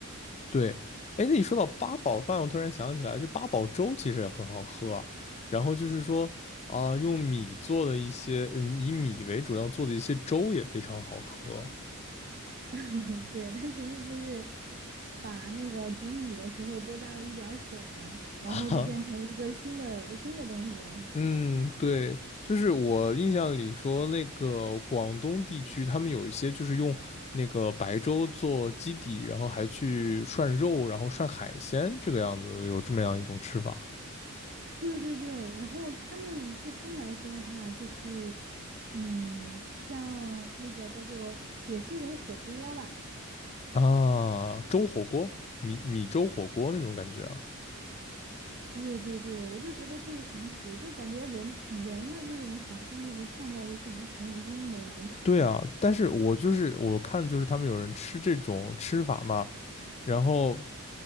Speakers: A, on the left; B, on the right.
A: 对，哎，那你说到八宝饭，我突然想起来，就八宝粥其实也很好喝啊。然后就是说啊、用米做的一些，嗯，以米为主要做的一些粥也非常好喝。
B: <laughs> 对，它其实就是把那个煮米的时候多加了一点儿水儿，然后就变成了一个新的新的东西了。
A: <laughs> 嗯，对，就是我印象里说，那个广东地区他们有一些就是用那个白粥做基底，然后还去涮肉，然后涮海鲜，这个样子有这么样一种吃法
B: 对对对，然后他们对他们来说的话，就是，嗯，像那个叫做，也是一种火锅吧，
A: 啊，粥火锅，米米粥火锅那种感觉啊。
B: 对对对，我就觉得特别神奇，就感觉人人的那种想象力和创造力是无穷无尽的。我觉得，
A: 对啊，但是我就是我看就是他们有人吃这种吃法嘛，然后